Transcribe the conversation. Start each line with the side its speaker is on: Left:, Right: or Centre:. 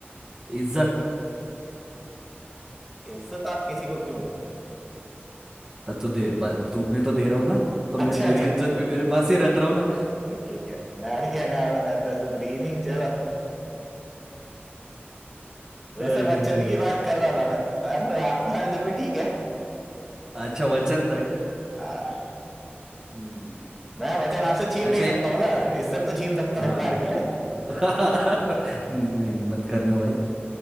Right: इज्जत
Centre: इज्जत आप किसी को क्यों दोगे
Right: तो दे ब- तुम्हें तो दे रहा हूँ ना तो मैं
Centre: अच्छा
Right: मेरी
Centre: अच्छा
Right: इज्जत
Centre: अच्छा
Right: भी मेरे पास ही रख रहा हूँ ना
Centre: ठीक है मैं क्या मैं मैं तो इज्जत ली नहीं चलो वैसे
Right: <laughs> अरे
Centre: वचन
Right: भाई
Centre: की बात कर रहा था मैं पर आपका आंसर भी ठीक है
Right: अच्छा वचन था क्या
Centre: हाँ
Right: हम्म,
Centre: मैं वचन आपसे छीन
Right: अच्छा
Centre: नहीं
Right: ये
Centre: सकता हूँ ना इज्जत तो छीन सकता हूँ
Right: हाँ
Centre: एक बार के लिए
Right: <laughs> नहीं नहीं मत करना भाई